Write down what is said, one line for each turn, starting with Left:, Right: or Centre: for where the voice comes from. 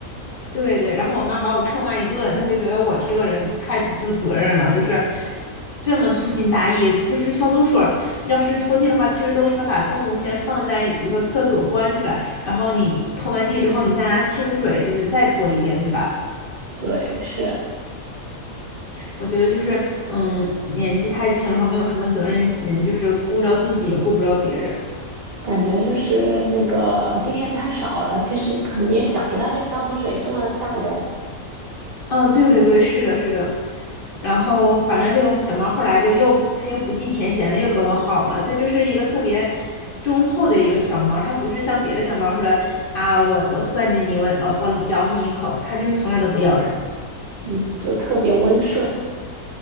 Left: 对对，然后我妈把我臭骂一顿，她就觉得我这个人太不负责任了，就是这么粗心大意。就是消毒水儿要是拖地的话，其实都应该把动物先放在，比如说厕所关起来，然后你拖完地之后，你再拿清水就是再拖一遍，对吧？
Right: 对，是
Left: 我觉得就是嗯，年纪太轻，然后没有什么责任心，就是顾不着自己也顾不着别人。
Right: 感觉就是那个经验太少了，其实可能也想不到这消毒水这么吓人。
Left: 嗯，对对对，是的，是的。然后反正这个小猫后来就又它又不计前嫌了，又跟我好了。它就是一个特别忠厚的一个小猫，它不是像别的小猫似的啊，我我算计你，我老我咬你一口，它就是从来都不咬人。
Right: 嗯，就特别温顺。